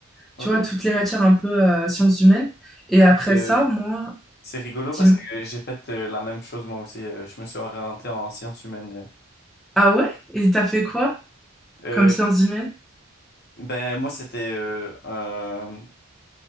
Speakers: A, on the left (about 45°); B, in the centre.
A: Ok.
B: tu vois, toutes les matières un peu euh, sciences humaines. Et après
A: Et, euh,
B: ça, moi,
A: c'est rigolo
B: dis-moi,
A: parce que j'ai fait euh, la même chose moi aussi. Euh, je me suis orienté en sciences humaines.
B: ah ouais? Et t'as fait quoi
A: Euh,
B: comme sciences humaines?
A: ben, moi, c'était euh, un-